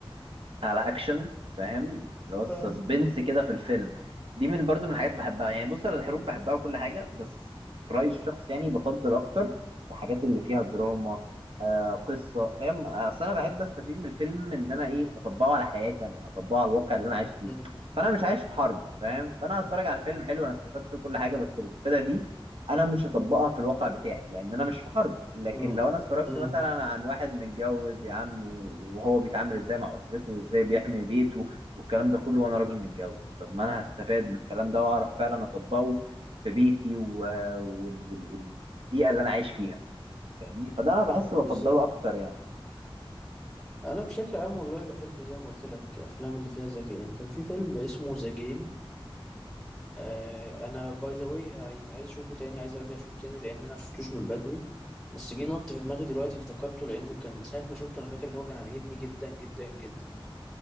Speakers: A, on the right (about 70°); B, in the centre.
A: على اكشن فاهم اللي هو السسبنس
B: آه.
A: كده في الفيلم دي من برضو من الحاجات اللي بحبها يعني بص انا الحروب بحبها وكل حاجه بس في رايي الشخصي يعني بفضل اكتر الحاجات اللي فيها دراما آه قصه فاهم اصل انا بحب استفيد من الفيلم ان انا ايه اطبقه على حياتي انا اطبقه على الواقع اللي انا عايش فيه
B: مم.
A: فانا مش عايش في حرب فاهم فانا هتفرج على فيلم حلو انا استفدت كل حاجه بس الاستفاده دي انا مش هطبقها في الواقع بتاعي لان انا مش في حرب لكن
B: مم.
A: لو انا اتفرجت
B: مم.
A: مثلا عن واحد متجوز يا عم وهو بيتعامل ازاي مع اسرته وازاي بيحمي بيته والكلام ده كله وانا راجل متجوز طب ما انا هستفاد من الكلام ده واعرف فعلا اطبقه في بيتي و... وال... وال... والبيئة اللي انا عايش فيها فاهمني فده انا بحس بفضله
B: بالظبط
A: اكتر يعني
B: انا بشكل عام والله بحب زي ما قلت لك افلام اللي فيها ذكاء يعني كان في فيلم اسمه ذا جيم آه انا باي ذا واي يعني عايز اشوفه تاني عايز ارجع اشوفه تاني لان انا شفتوش من بدري بس جه نط في دماغي دلوقتي افتكرته لان كان ساعه ما شفته انا فاكر ان هو كان عاجبني جدا جدا جدا